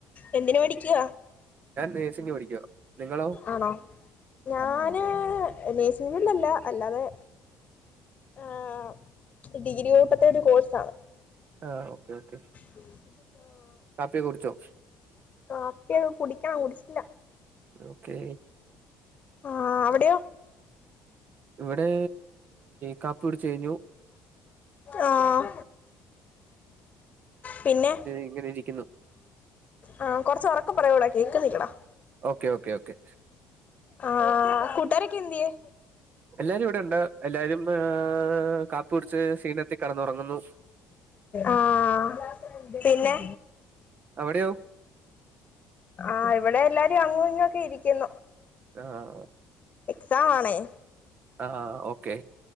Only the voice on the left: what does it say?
എന്തിന് വേണ്ടിട്ട്
ആണോ? ഞാന് നഴ്സിംങൊന്നല്ല അല്ലാതെ ങ് ഡിഗ്രി കൂട്ടത്തെ ഒരു കോഴ്സാണ്
<inaudible>
കാപ്പി കുടിക്കണം കുടിച്ചില്ല
ആഹ് അവിടെയോ
ആഹ് പിന്നെ
ആഹ് കൊറച്ച് ഉറക്കെ പറയൂടാ കേക്കുന്നില്ലട
ആഹ് കൂട്ടാരെക്കെ എന്തിയേ
ആഹ് പിന്നെ
ആഹ് ഇവിടെ എല്ലാരും അങ്ങ് ഇങ്ങൊക്കെ ഇരിക്കുന്നു
എക്സാമാണേ